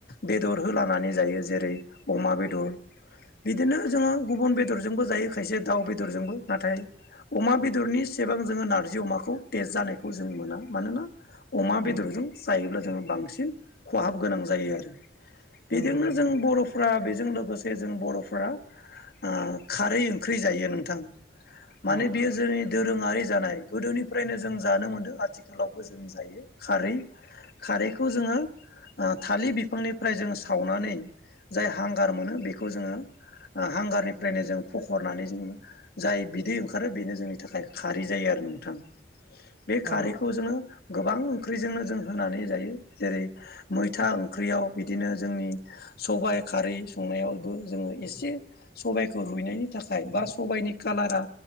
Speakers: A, on the left; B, on the right.
A: बेदर होलानानै जायो जेरै अमा बेदर बिदिनो जोङो गुबुन बेदर जोंबो जायो खायसे दाउ बेदर जोंबो नाथाय अमा बेदरनि एसेबां जोङो नारजि अमाखौ तेस्ट जानायखौ जों मोना मानोना अमा
B: औ
A: बेदरजों जायोब्ला जोङो बांसिन खहाब गोनां जायो आरो
B: नंगौ
A: बेजोंनो
B: नोंथां
A: जों
B: नंगौ
A: बर'फ्रा बेजों लोगोसे जों बर'फ्रा आ खारै ओंख्रि जायो नोंथां। माने
B: औ
A: बियो जोंनि दोरोङारि जानाय गोदोनि फ्रायनो जों जानो मोनदों आथिखालावबो जों जायो खारै खारैखौ जोङो आ थालिर बिफांनिफ्राय जोङो सावनानै जाय हांगार मोनो बेखौ जोङो ओ हांगारनिफ्रायनो जों फखरनानै जोङो जाय बिदै ओंखारो बेनो जोंनि थाखाय खारै जायो आरो नोंथां बे खारैखौ
B: औ
A: जोङो गोबां ओंख्रिजोंनो जों होनानै जायो जेरै मैथा ओंख्रियाव बिदिनो जोंनि सबाइ खारै संनायावबो जोङो एसे सबाइखौ रुइनायनि थाखाय बा सबाइनि कालारा